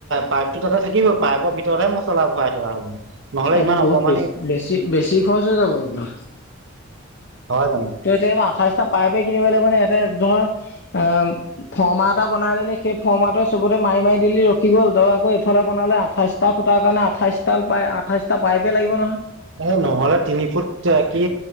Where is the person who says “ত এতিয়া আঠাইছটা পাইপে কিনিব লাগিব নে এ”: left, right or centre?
Left